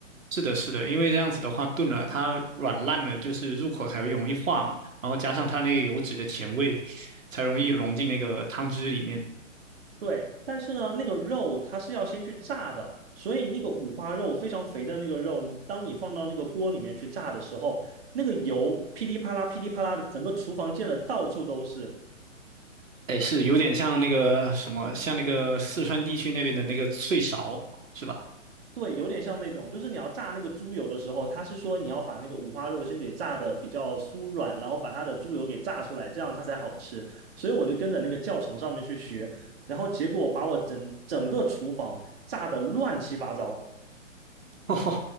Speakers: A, on the right; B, on the right.
A: 是的，是的，因为这样子的话，炖了它软烂了，就是入口才会容易化嘛，然后加上它那个油脂的甜味，才容易融进那个汤汁里面。
B: 对，但是呢，那个肉它是要先去炸的，所以那个五花肉非常肥的那个肉，当你放到那个锅里面去炸的时候，那个油噼里啪啦、噼里啪啦的，整个厨房溅的到处都是。
A: 哎，是有点像那个什么，像那个四川地区那边的那个脆勺，是吧？
B: 对，有点像那种，就是你要炸那个猪油的时候，它是说你要把那个五花肉先给炸的比较酥软，然后把它的猪油给炸出来，这样它才好吃。所以我就跟着那个教程上面去学，然后结果把我整整个厨房炸的乱七八糟。
A: <laughs> 哦